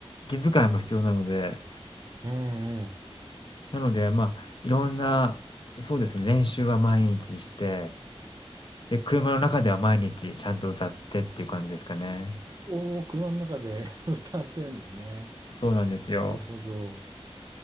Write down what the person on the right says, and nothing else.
うんうん。
おお、車の中で <laughs> 歌ってるんですね。
なるほど。